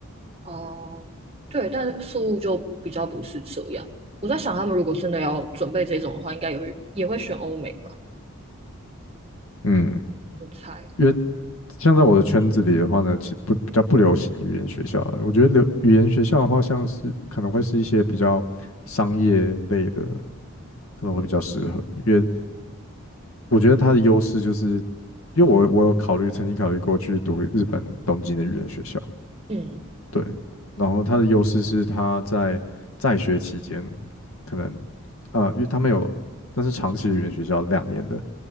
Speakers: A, on the right; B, on the left.
A: 哦，对，但宿务就比较不是这样。我在想，他们如果真的要准备这种的话，应该也会也会选欧美吧，
B: 嗯，
A: 我猜。
B: 因为像在我的圈子里的话呢，其实不比较不流行语言学校啊我觉得流语言学校的话，像是可能会是一些比较商业类的。可能会比较适合，因为我觉得它的优势就是，因为我我有考虑，曾经考虑过去读日本东京的语言学校，
A: 嗯
B: 对，然后它的优势是它在在学期间，可能啊，因为他们有，但是长期的语言学校两年的，